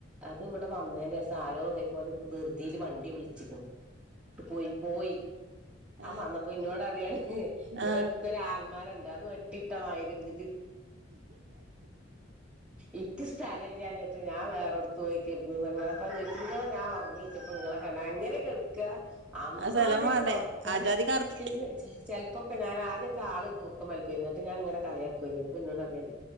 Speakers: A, in the centre; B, on the right.
A: അത് ഇവിടെ വന്നേന്റെ സാരോ അതേപോലെ ധൃതിയില് വണ്ടി വിളിച്ചിക്കുന്നു. ഇട്ട് പോയി പോയി.
B: ആ
A: വന്നപ്പോ ഇന്നോട് അറിയാണ് ഇവിടെ
B: ആ ആ
A: അടുത്തൊരു ആൽമരഓണ്ട് അത് വെട്ടിയിട്ടമായിരിണ്ട് ഇച് <unintelligible> ഞാ വേറെടുത്ത് പോയി കിടന്ന് പറഞ്ഞെചു നിങ്ങളെ ഞാൻഓറങ്ങിച്ചപ്പോ നിങ്ങളെ കണ്ട് അങ്ങനെ കിടക്കാ അമ്മാതിരിത്തെ
B: ആ സ്ഥലം വേണ്ടേ
A: ഉറക്കം
B: ആജാതി കടത്ത്
A: പിന്നെ ചെല പ്പാ ഒക്കെ ഞാൻ ആദ്യക്കെ ആള് കുർക്കം വലിക്കുകയായിരുന്നു. ഞാ ഇങ്ങനെ കളിയാക്കുവായിരുന്നു ഇപ്പോ എന്നോട്